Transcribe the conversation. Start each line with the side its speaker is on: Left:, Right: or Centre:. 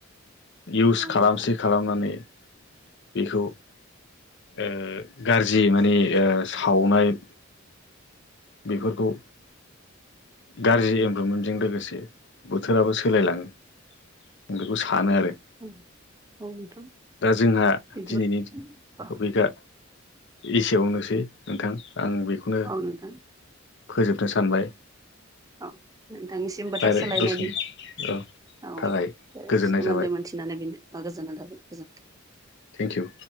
Left: इउस
Right: औ नोंथां
Left: खालामसे खालामनानै बेखौ ओ गाज्रि माने ओ सावनाय बेफोरखौ गाज्रि एनभारमेन्टजों लोगोसे बोथोराबो सोलायलाङो। आं बेखौ सानो आरो।
Right: औ औ नोंथां
Left: दा जोंहा
Right: बिदिफोर
Left: दिनैनि
Right: औ
Left: टपिकआ एसेयावनोसै नोंथां आं बेखौनो
Right: औ नोंथां
Left: फोजोबनो सानबाय।
Right: औ नोंथांनिसिम बोथोर
Left: आरो
Right: सोलायनायनि
Left: दसे औ
Right: औ
Left: थाखाय गोजोननाय
Right: सोन्दै
Left: थाबाय
Right: मोनथिनानै बेनो बा गोजोननाय थाबाय गोजोनथों।
Left: Thank you